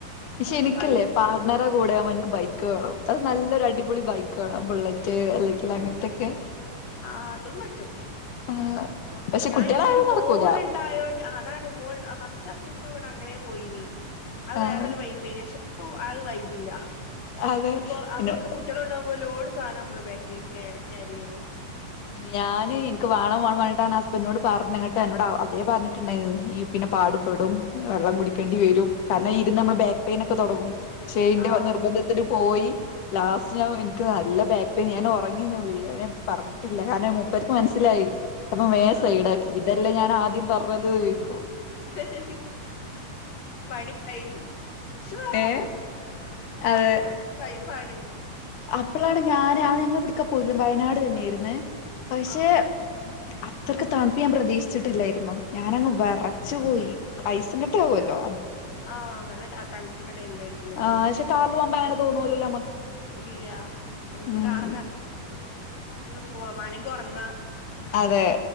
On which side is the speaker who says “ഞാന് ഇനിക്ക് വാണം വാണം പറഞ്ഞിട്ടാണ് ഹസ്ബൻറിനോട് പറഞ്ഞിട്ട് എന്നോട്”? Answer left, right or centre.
Left